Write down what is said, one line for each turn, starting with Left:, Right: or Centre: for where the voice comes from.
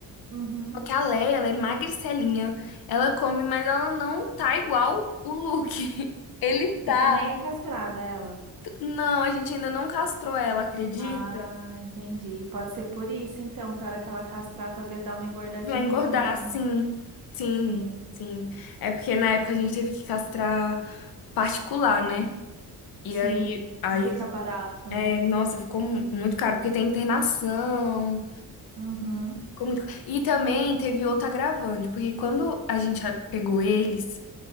Right: uhum.
Left: Só que a Leia, ela é magricelinha, ela come, mas ela não tá igual o Luke. <laughs> Ele tá.
Right: E também é castrada ela.
Left: Não, a gente ainda não castrou ela, acredita?
Right: Ah, entendi. Pode ser por isso, então, que a hora que ela castrar, talvez dá uma engordadinha
Left: Vai engordar,
Right: também.
Left: sim. Sim,
Right: Sim,
Left: sim. É porque na época a gente teve que castrar particular, né? E
Right: sim.
Left: aí, aí,
Right: Não fica barato,
Left: é,
Right: né?
Left: nossa, ficou mu- muito caro, porque tem internação,
Right: Uhum.
Left: ficou muito... E também teve outro agravante, porque quando a gente a- pegou eles,